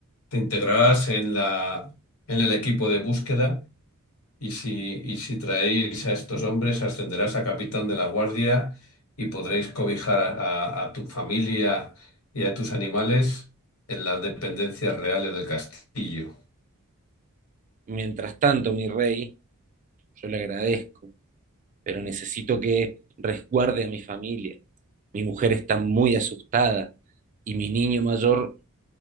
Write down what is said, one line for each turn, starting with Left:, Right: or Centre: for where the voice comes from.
Left: Te integrarás en la, en el equipo de búsqueda y si, y si traéis a estos hombres, ascenderás a capitán de la guardia y podréis cobijar a, a- a tu familia y a tus animales en las dependencias reales del castillo.
Right: Mientras tanto, mi rey, yo le agradezco. pero necesito que resguarde a mi familia. Mi mujer está muy asustada y mi niño mayor